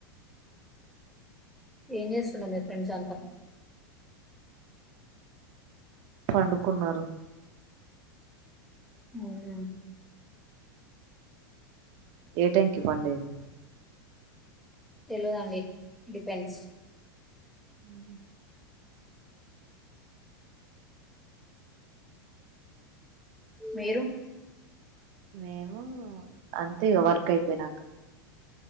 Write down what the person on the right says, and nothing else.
పండుకున్నారు
ఏ టైంకి పండేది
మ్మ్
మేము అంత తీగా వార్కయిపోయినాక